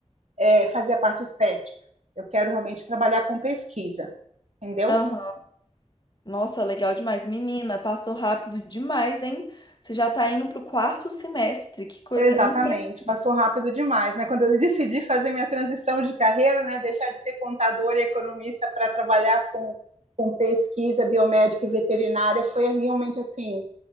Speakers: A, on the right (about 70°); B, on the left (about 40°).
A: é, fazer a parte estética. Eu quero realmente trabalhar com pesquisa, entendeu?
B: Aham. Nossa, legal demais. Menina, passou rápido demais, hein? Você já tá indo pro quarto semestre. Que coisa
A: Exatamente,
B: impressionante.
A: passou rápido demais, né? Quando eu decidi fazer minha transição de carreira, né, deixar de ser contador e economista para trabalhar com, com pesquisa biomédica e veterinária, foi realmente assim,